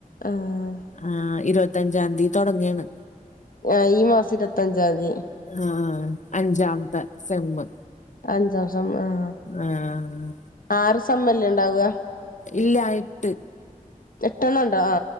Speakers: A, on the left; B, on the left.
A: ആഹ്
B: ആ ഇരുപത്തഞ്ചാന്തി തുടങ്ങാണ്
A: ആഹ് ഈ മാസം ഇരുപത്തഞ്ചാന്തി.
B: ആഹ് അഞ്ചാമത്ത സെമ്മ്.
A: അഞ്ചാം സെമ്മ് ആഹ്.
B: ആഹ്
A: ആറ് സെമ്മല്ലേ ഇണ്ടാവുക
B: ഇല്ലാ ഇട്ട്
A: എട്ടെണ്ണം ഉണ്ടോ ആ